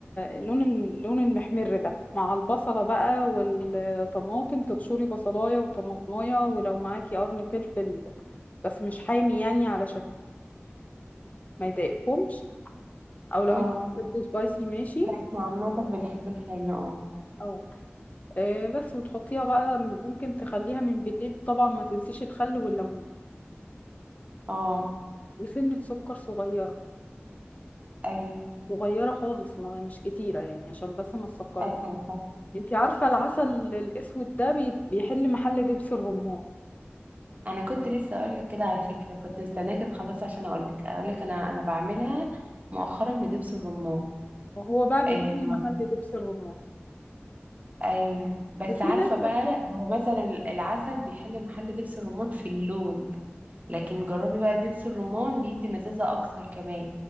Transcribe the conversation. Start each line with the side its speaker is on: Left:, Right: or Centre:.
Left: اللون اللون المحمر ده مع البصلة بقى والطماطم تبشري بصلاية وطماطماية ولو معاكي قرن فلفل بس مش حامي يعني علشان ما يضايقكمش او لو
Right: اه
Left: انت بتحبي سبايسي ماشي
Right: احنا عامه بنحب الحامي اه
Left: اه آه، بس وتحطيها بقى من- ممكن تخليها من بالليل وطبعا ما تنسيش الخل والليمون
Right: اه
Left: وسنة سكر صغيرة
Right: ايوه
Left: صغيرة خالص ما مش كتيرة يعني عشان بس ما تسكرهوش
Right: ايوه أنا فاهمة.
Left: انت عارفة العسل الأسود ده بي- بيحل محل دبس الرمان
Right: انا كنت لسه اقول لك كده على فكره كنت مستناكي تخلصي عشان اقول لك اقول لك انا انا بعملها مؤخرا بدبس الرمان
Left: وهو بقى بيحل
Right: ايوه
Left: محل دبس الرمان
Right: ايوه بس
Left: وفي
Right: عارفه
Left: ناس
Right: بقى
Left: بتحب
Right: هو مثلا العسل بيحل محل دبس الرمان في اللون لكن جربي بقى دبس الرمان بيدي مزازه اكتر كمان